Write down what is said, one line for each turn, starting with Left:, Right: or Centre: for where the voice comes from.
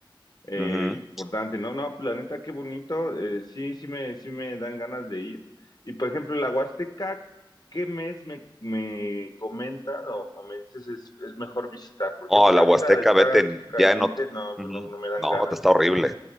Left: eh,
Centre: Ujú.
Left: importante, ¿no? No, pues la neta, qué bonito, eh, sí, sí me, sí me dan ganas de ir. Y por ejemplo, la Huasteca, ¿qué mes me, me comentas o, o me dices es, es mejor visitar? Porque
Centre: Oh,
Left: pues, si
Centre: la
Left: ahorita
Centre: Huasteca,
Left: está
Centre: vete en-
Left: caliente,
Centre: ya en otro.
Left: no,
Centre: Ujú.
Left: pues, no, no me dan
Centre: No,
Left: ganas.
Centre: te está horrible.